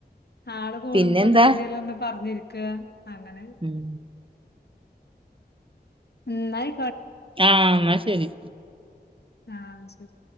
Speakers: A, on the left (about 70°); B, on the right (about 30°).
A: ആള് കൂടുമ്പോ
B: പിന്നെന്താ
A: ഒന്ന് എന്തേലും ഒന്ന് പറഞ്ഞിരിക്ക അങ്ങനെ
B: ഉം
A: എന്നായി
B: ആഹ് എന്നാ ശരി
A: ആ ശരി